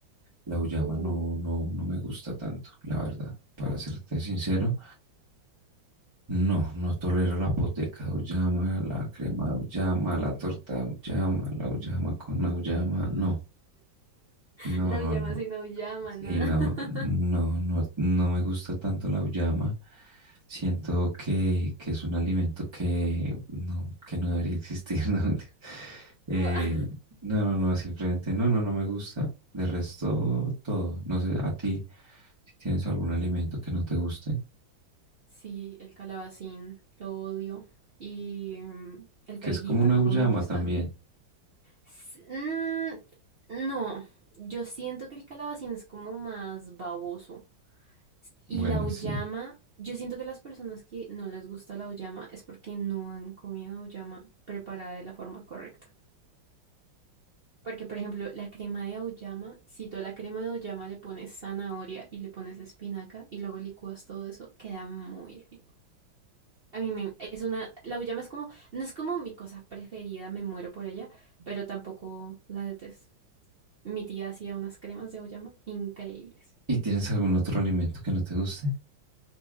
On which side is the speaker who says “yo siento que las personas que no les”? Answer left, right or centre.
Right